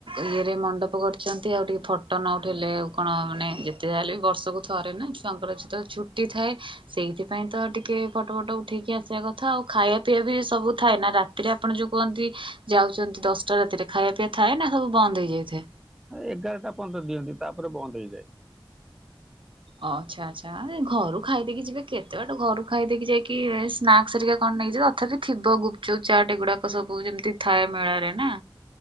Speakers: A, on the right (about 75°); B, in the centre.
A: ଇଏରେ ମଣ୍ଡପ କରିଛନ୍ତି ଆଉ ଟିକେ ଫଟୋ ନ ଉଠେଇଲେ ଆଉ କଣ ମାନେ ଯେତେ ଯା ହେଲେ ବି ବର୍ଷକୁ ଥରେ ନା ଛୁଆଙ୍କର ସତ ଛୁଟି ଥାଏ ସେଇଥିପାଇଁ ତ ଟିକେ ଫଟୋ ଫଟୋ ଉଠେଇକି ଆସିବା କଥା ଆଉ ଖାଇବା ପିଇବା ବି ସବୁ ଥାଏ ନା ରାତିରେ ଆପଣ ଯୋଉ କୁହନ୍ତି। ଯାଉଛନ୍ତି ଦଶଟା ରାତିରେ ଖାଇବା ପିଇବା ଥାଏ ନା ସବୁ ବନ୍ଦ ହେଇଯାଇଥାଏ।
B: ଏଗାରଟା ପନ୍ତ ଦିଅନ୍ତି ତାପରେ ବନ୍ଦ ହେଇଯାଏ।
A: ଓ ଆଛା ଆଚ୍ଛା ଘରୁ ଖାଇଦେଇକି ଯିବେ କେତେ ବାଟ ଘରୁ ଖାଇଦେଇକି ଯାଇକି ସ୍ନାକ୍ସ ହେରିକା କଣ ନେଇକଯିବେ ତଥାପି ଥିବ ଗୁପଚୁପ ଚାଟ ଏଗୁଡାକ ସବୁ ଯେମିତି ଥାଏ ମେଳାରେ ନା।